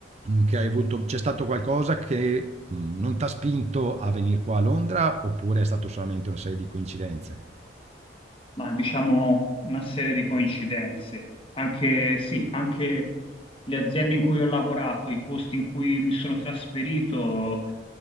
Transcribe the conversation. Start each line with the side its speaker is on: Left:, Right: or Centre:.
Right: Mhmm, che hai avuto c'è stato qualcosa che, mhmm, non t'ha spinto a venir qua a Londra, oppure è stato solamente un serie di coincidenze?
Left: ma diciamo una serie di coincidenze. Anche, sì, anche le aziende in cui ho lavorato, i posti in cui mi sono trasferito,